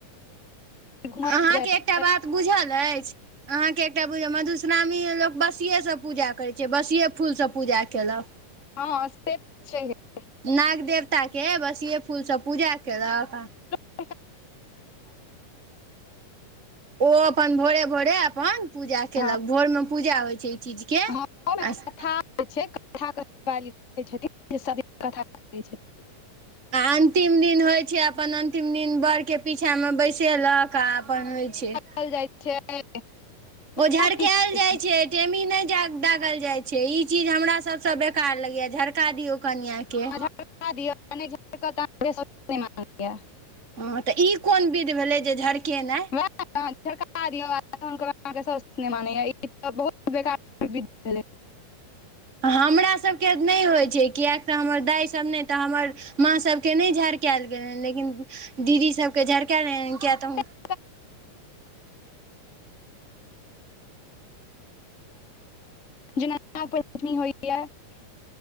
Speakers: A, on the left (about 25°); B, on the right (about 20°).
A: घूमल
B: अहाँके
A: जाइ छै <inaudible>
B: एकटा बात बुझल अछि अहाँके एकटा बुझिय मधुश्रावणी लोक बसिएसँ पूजा करै छै बसिए फूलसँ पूजा केलक
A: हँ से तऽ छैहे
B: नाग देवता के बस ये फूल सब पूजा केलक आ
A: ू <inaudible>
B: ओ अपन भोरे भोरे अपन पूजा कयलक
A: हँ
B: भोरमे पूजा होइ छै ई चीजके
A: हँ
B: अस
A: छै <inaudible> िवालीै छथिन जे सभी कथा करै छथिन <inaudible>
B: आ अंतिम दिन होइ छै अपन अंतिम दिन बर के पीछा मे बैस क से लऽ क आ आपन होइ छै
A: कहल जाइ छै
B: ओ झरकाएल
A: बहुत किछ होइ
B: जाय छै टेमी नइ दागल जाय छै से ई चीज हमरा सबसँ बेकार लगैए झरका दियौ कनिआँके
A: <inaudible>
B: हँ तऽ ई कोन विध भेलै जे झरकेनाइ
A: झड़का दिअ तहन अहाँके सिनेमा नहि यऽ ई त बहुत बेकार <inaudible> विद्यालय <inaudible>
B: हमरा सबके नइ होइ छै कियाकि तऽ हमर दायसब नइ तऽ हमर माँसबके नइ झरकायल गेलै लेकिन दीदी सबके झरकायल किया तऽ
A: <inaudible> जना न पञ्चमी होइ ह <inaudible>